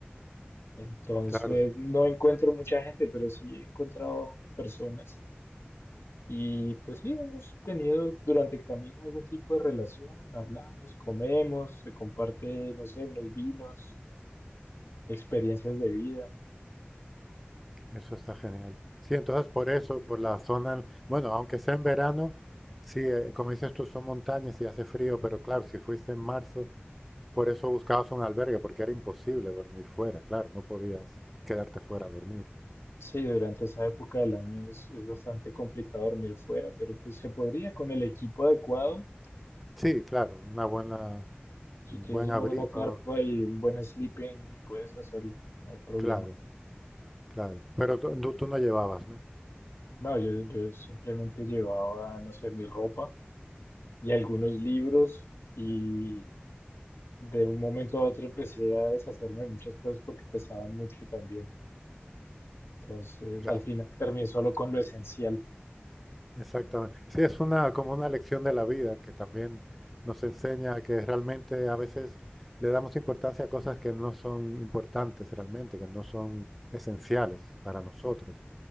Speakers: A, on the left; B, in the centre.
A: Entonces
B: claro.
A: no encuentro mucha gente, pero sí he encontrado personas. Y pues sí, hemos tenido durante el camino algún tipo de relación, hablamos, comemos, se comparte, no sé, unos vinos, experiencias de vida.
B: Eso está genial. Sí, entonces por eso, por la zona, bueno, aunque sea en verano, sí, eh, como dices tú, son montañas y hace frío, pero claro, si fuiste en marzo, por eso buscabas un albergue, porque era imposible dormir fuera, claro, no podías quedarte fuera a dormir.
A: Sí, durante esa época del año es, es bastante complicado dormir fuera, pero pues se podría con el equipo adecuado.
B: Sí, claro, una buena,
A: Si
B: un
A: tienes
B: buen
A: una
B: abrigo,
A: buena carpa y un buen sleeping, puedes hacerlo, no hay problema.
B: claro, claro. Pero tú, tú no llevabas, ¿no?
A: No, yo, yo simplemente llevaba, no sé, mi ropa y algunos libros y de un momento a otro empecé a deshacerme de muchas cosas porque pesaban mucho también. Entonces,
B: Claro.
A: al final terminé solo con lo esencial.
B: Exactamente. Sí, es una como una lección de la vida que también nos enseña que realmente a veces le damos importancia a cosas que no son importantes realmente, que no son esenciales para nosotros.